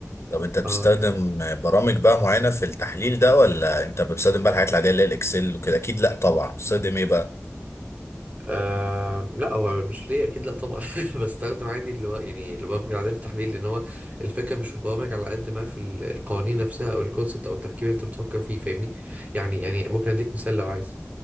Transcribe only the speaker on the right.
اه
آه لا هو مش ليه اكيد لا طبعا <laughs> بستخدم عادي اللي هو يعني البرامج العاديه في التحليل لان هو الفكره مش في البرامج على قد ما في ال- القوانين نفسها او الكونسبت او التفكير اللي انت بتفكر فيه فاهمني يعني يعني ممكن اديك مثال لو عايز